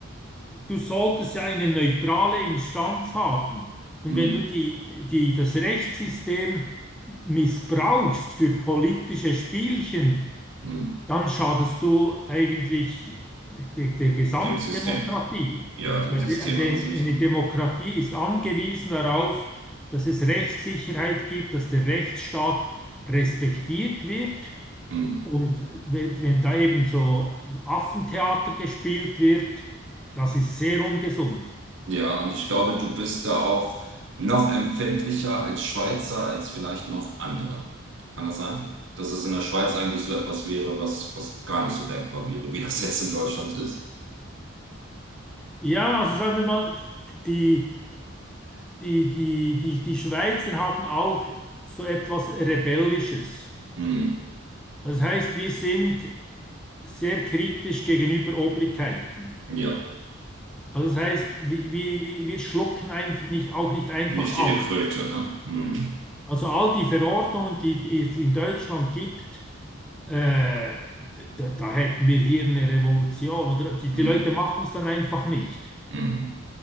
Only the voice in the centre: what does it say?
Du solltest ja eine neutrale Instanz haben. Und
wenn du die, die, das Rechtssystem missbrauchst für politische Spielchen,
dann schadest du eigentlich der, der Gesamtdemokratie.
Weil
die, die-
eine
Demokratie ist angewiesen darauf, dass es Rechtssicherheit gibt, dass der Rechtsstaat respektiert wird.
Und wenn, wenn da eben so Affentheater gespielt wird, das ist sehr ungesund.
Ja, also sagen wir mal, die, die, die, die, die Schweizer haben auch so etwas Rebellisches.
Das heißt, wir sind sehr kritisch gegenüber Obrigkeiten.
Also das heißt, wir, wir, wir schlucken ein, nicht, auch nicht einfach
alles.
Also all die Verordnungen, die, die es in Deutschland gibt, Äh, da, da hätten wir hier eine Revolution, oder? Die, die
Leute machen es dann einfach nicht.